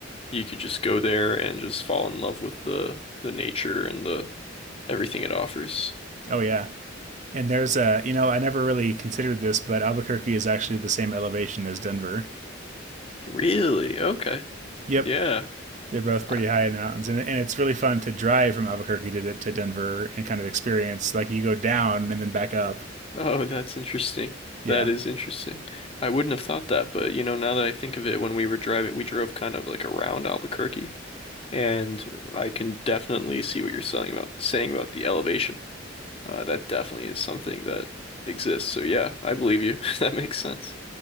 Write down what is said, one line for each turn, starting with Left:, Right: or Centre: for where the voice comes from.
Left: you could just go there and just fall in love with the the nature and the everything it offers.
Right: oh yeah and there's a you know i never really considered this but albuquerque is actually the same elevation as denver
Left: Really? Okay.
Right: yep
Left: Yeah.
Right: they're both pretty
Left: I-
Right: high in the mountains and, and it's really fun to drive from albuquerque to, to denver and kind of experience like you go down and then back up
Left: <laughs> Oh, that's interesting.
Right: yeah
Left: That is interesting. I wouldn't have thought that, but you know, now that I think of it, when we were driving, we drove kind of like around Albuquerque, and I can definitely see what you're saying about saying about the elevation. Uh, that definitely is something that exists. So yeah, I believe you. <laughs> That makes sense.